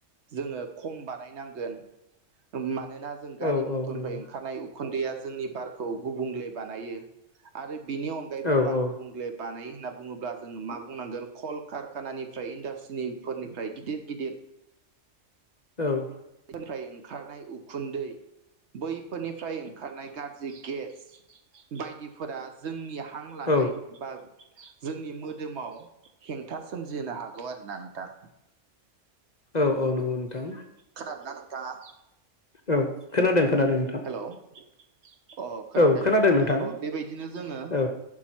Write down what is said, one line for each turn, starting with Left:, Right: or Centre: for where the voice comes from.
Right: जोङो खम बानायनांगोन मानोना जों गारि
Left: औ
Right: मथरनिफ्राय
Left: औ नंगौ
Right: ओंखारनाय उखुन्दैया जोंनि बारखौ गुबुंले बानायो आरो बिनि अनगायैबो
Left: औ
Right: बार
Left: औ
Right: गुबुंले बानाय होनना बुङोब्ला जोङो मा बुंनांगोन कल कारखानानिफ्राय इन्डास्ट्रिनि फोरनिफ्राय गिदिर गिदिर
Left: औ
Right: फोरनिफ्राय ओंखारनाय उखुन्दै बैफोरनिफ्राय ओंखारनाय गाज्रि गेस बायदिफोरा जोंनि हां लानाय
Left: औ
Right: बा जोंनि मोदोमाव हेंथा सोमजिहोनो हागौ आरो ना नोंथां
Left: औ औ नंगौ नोंथां
Right: खोनादों ना नोंथाङा
Left: औ खोनादों खोनादों नोंथां
Right: हेल' अ खोनादों
Left: औ नोंथां
Right: अ बेबायदिनो जोङो
Left: औ